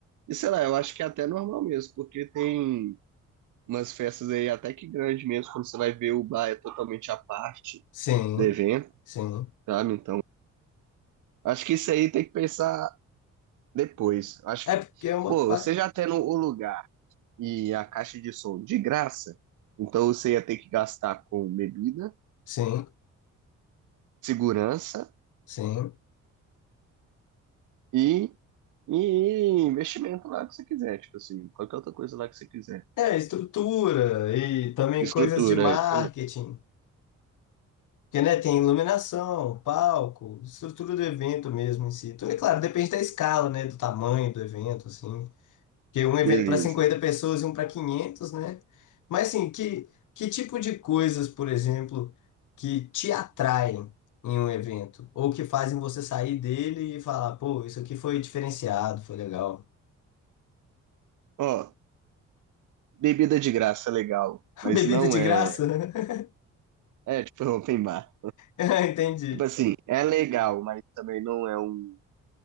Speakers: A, on the right; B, on the left.
A: E sei lá, eu acho que é até normal mesmo, porque tem umas festas aí até que grande mesmo, quando você vai ver o bar é totalmente à parte.
B: Sim,
A: devendo,
B: sim.
A: sabe? Então, acho que isso aí tem que pensar depois. Acho
B: É
A: que,
B: porque é uma.
A: pô,
B: pa-
A: você já tendo o lugar e a caixa de som de graça, então você ia ter que gastar com bebida,
B: Sim,
A: segurança
B: sim.
A: e, e investimento lá que você quiser, tipo assim, qualquer outra coisa lá que você quiser.
B: É, estrutura e também
A: Estrutura,
B: coisas de marketing.
A: é isso mesmo.
B: Porque, né, tem iluminação, palco, estrutura do evento mesmo em si. Então, é claro, depende da escala, né, do tamanho do evento, assim. Que um evento
A: Beleza.
B: para 50 pessoas e um para 500, né? Mas assim, que, que tipo de coisas, por exemplo, que te atraem em um evento? Ou que fazem você sair dele e falar, pô, isso aqui foi diferenciado, foi legal.
A: Ó, bebida de graça é legal,
B: <laughs>
A: mas
B: Bebida
A: não
B: de
A: é.
B: graça, né? <laughs>
A: É, tipo, <laughs> open bar.
B: Ah, Entendi.
A: Tipo assim, é legal, mas também não é um